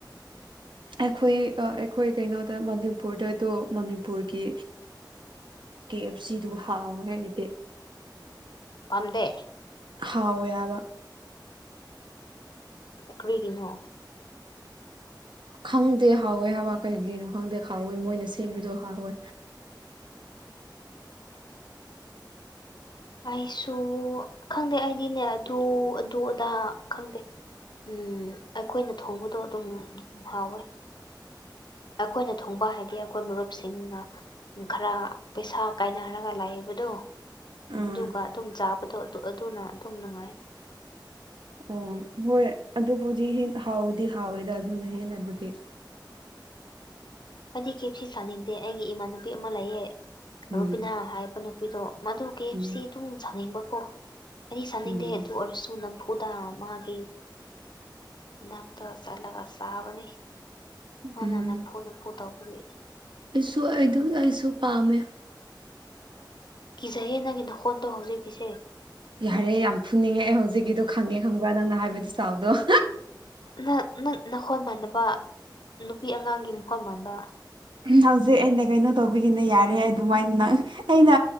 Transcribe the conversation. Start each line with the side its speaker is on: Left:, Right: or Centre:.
Right: ꯑꯩꯈꯣꯏ ꯑꯩꯈꯣꯏ ꯀꯩꯅꯣꯗ ꯃꯅꯤꯄꯨꯔꯗꯗꯣ ꯃꯅꯤꯄꯨꯔꯒꯤ ꯀꯦꯞ ꯁꯤꯗꯨ ꯍꯥꯎꯋꯦ ꯍꯥꯏꯗꯤ
Left: ꯄꯟꯗꯦ
Right: ꯍꯥꯎ ꯌꯥꯕ
Left: ꯀꯔꯤꯒꯅꯣ
Right: ꯈꯪꯗꯦ ꯍꯥꯎꯋꯦ ꯍꯕ ꯀꯩꯒꯤꯅꯣ ꯈꯪꯗꯦ ꯍꯥꯎꯋꯦ ꯃꯣꯏꯅ ꯁꯦꯝꯕꯗꯣ ꯍꯥꯎꯋꯦ
Left: ꯑꯩꯁꯨ ꯈꯪꯗꯦ ꯑꯩꯗꯤꯅꯦ ꯑꯗꯨ ꯑꯗꯨ ꯑꯗꯥ ꯈꯪꯗꯦ ꯎꯝ ꯑꯩꯈꯣꯏꯅ ꯊꯣꯡꯕꯗꯣ ꯑꯗꯨꯝ ꯍꯥꯎꯋꯦ ꯑꯩꯈꯣꯏꯅ ꯊꯣꯡꯕ ꯍꯥꯏꯗꯤ ꯑꯩꯈꯣꯏ ꯃꯔꯨꯞꯁꯤꯡꯅ ꯈꯔ ꯄꯩꯁꯥ ꯀꯥꯏꯅꯔꯒ ꯂꯥꯛꯏꯕꯗꯣ
Right: ꯎꯝ
Left: ꯑꯗꯨꯒ ꯑꯗꯨꯝ ꯆꯥꯕꯗꯣ ꯑꯗꯨꯅ ꯑꯗꯨꯝ ꯅꯨꯡꯉꯥꯏ
Right: ꯑꯣ ꯍꯣꯏ ꯑꯗꯨꯕꯨꯗꯤ ꯍ ꯍꯥꯎꯗꯤ ꯍꯥꯎꯋꯦꯗ ꯑꯗꯨꯅ ꯍꯦꯟꯅꯕꯨꯗꯤ
Left: ꯑꯩꯗꯤ ꯀꯦꯞꯁꯤ ꯆꯥꯅꯤꯡꯗꯦ ꯑꯩꯒꯤ ꯏꯃꯥꯟꯅꯨꯄꯤ ꯑꯃ ꯂꯩꯌꯦ
Right: ꯎꯝ
Left: ꯔꯨꯕꯤꯅꯥ ꯍꯥꯏꯕ ꯅꯨꯄꯤꯗꯣ ꯃꯗꯨ ꯀꯦ
Right: ꯎꯝ
Left: ꯁꯤ ꯑꯗꯨꯝ ꯁꯥꯅꯤꯡꯕꯀꯣ ꯑꯩ ꯆꯥꯅꯤꯡꯗꯦ
Right: ꯎꯝ
Left: ꯑꯗꯨ ꯑꯣꯏꯔꯁꯨ ꯅꯪ ꯆꯝꯐꯨꯗ ꯃꯥꯒꯤ ꯅꯛꯇ ꯆꯠꯂꯒ ꯆꯥꯕꯅꯤ ꯃꯥꯅ
Right: ꯎꯝ
Left: ꯅꯝꯐꯨ ꯅꯝꯐꯨ ꯇꯧꯕꯒꯤ
Right: ꯑꯩꯁꯨ ꯑꯩ ꯑꯩꯁꯨ ꯄꯥꯝꯃꯦ
Left: ꯀꯤꯖꯍꯦ ꯅꯪꯒꯤ ꯅ ꯍꯣꯟꯗꯣ ꯍꯧꯖꯤꯛꯀꯤꯁꯦ
Right: ꯌꯥꯔꯦ ꯌꯥꯝ ꯐꯨꯅꯤꯡꯉꯦ ꯑꯦ ꯍꯧꯖꯤꯛꯀꯤꯗꯣ ꯈꯪꯉꯦ ꯈꯪꯕ꯭ꯔꯥ ꯅꯪꯅ ꯍꯥꯏꯕꯗꯨ ꯆꯥꯎꯗꯣ
Left: ꯅ ꯅꯪ ꯅꯈꯣꯟ ꯃꯥꯟꯅꯕ ꯅꯨꯄꯤ ꯑꯉꯥꯡꯒꯤ ꯃꯈꯣꯠ ꯃꯥꯟꯕ
Right: ꯍꯧꯖꯤꯛ ꯑꯩꯅ ꯀꯩꯅꯣ ꯇꯧꯕꯤꯒꯤꯅ ꯌꯥꯔꯦ ꯑꯗꯨꯃꯥꯏꯅ ꯅꯪ ꯑꯩꯅ